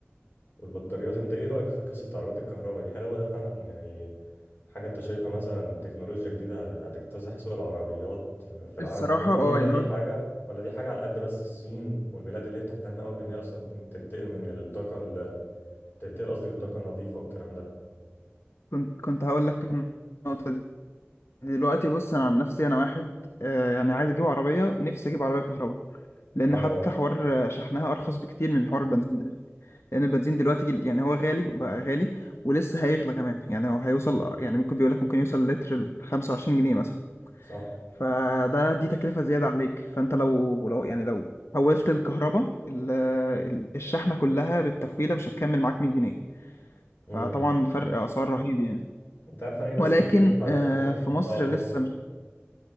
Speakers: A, on the left (about 50°); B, on the left (about 70°).
A: والبطاريات انت ايه رأيك في قصة عربيات الكهرباء دي هل هو ده فعلا يعني حاجة انت شايفها مثلا تكنولوجيا جديدة هتكتسح سوق العربيات في العالم
B: الصراحة
A: كله
B: اه
A: ولا
B: يعني
A: دي
B: هو
A: حاجة ولا دي حاجة على قد بس الصين والبلاد اللي هي بتهتم قوي بان هي اصلا تن- تنتقل من الطاقة ال- تنتقل قصدي للطاقة النظيفة والكلام ده
B: كنت كنت هقول لك النقطة دي دلوقتي بص أنا عن نفسي أنا واحد آه، يعني عايز أجيب عربية نفسي أجيب عربية كهرباء لأن
A: وانا
B: حتى
A: برضو
B: حوار آه، شحنها أرخص بكتير من حوار البنزين لان البنزين دلوقتي يعني هو غالي بقى غالي ولسه هيغلى كمان يعني هو هيوصل يعني ممكن بيقول لك ممكن يوصل لتر ل 25 جنيه مثلا
A: صح
B: فده دي تكلفة زيادة عليك فانت لو لو يعني لو حولت الكهرباء ال- ال- الشحنة كلها بالتفويلة مش هتكمل معاك 100 جنيه
A: امم
B: فطبعا فرق اسعار رهيب يعني
A: انت عارف انا ايه بس
B: ولكن
A: اللي بيليني في عربيات
B: آه،
A: الكهرباء
B: في مصر
A: اه قول
B: لسه
A: قول